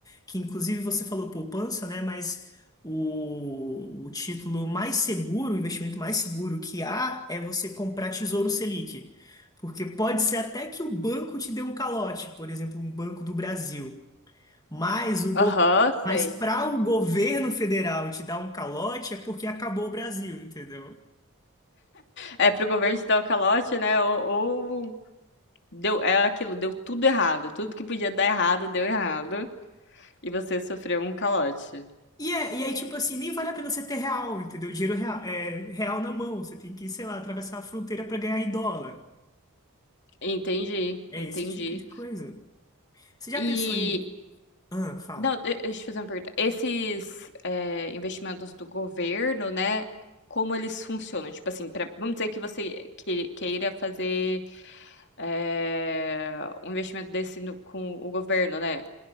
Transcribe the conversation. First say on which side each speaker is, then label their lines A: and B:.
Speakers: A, on the left; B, on the left.
A: que inclusive você falou poupança, né? Mas o, o título mais seguro, o investimento mais seguro que há é você comprar Tesouro Selic. Porque pode ser até que o banco te dê um calote, por exemplo, um Banco do Brasil. Mas o
B: Aham,
A: go-
B: sei.
A: mas para o governo federal te dar um calote é porque acabou o Brasil, entendeu?
B: É pro governo te dar o calote, né? Ou, ou deu, é aquilo, deu tudo errado. Tudo que podia dar errado, deu errado. E você sofreu um calote.
A: E, é, e aí, tipo assim, nem vale a pena você ter real, entendeu? Dinheiro real, é, real na mão. Você tem que, sei lá, atravessar a fronteira pra ganhar em dólar.
B: Entendi,
A: É
B: entendi.
A: esse tipo de coisa. Você já
B: E
A: pensou em. Ah, fala.
B: Não, de- deixa eu te fazer uma pergunta. Esses é, investimentos do governo, né? Como eles funcionam? Tipo assim, pra- vamos dizer que você que- queira fazer é, um investimento desse no- com o governo, né?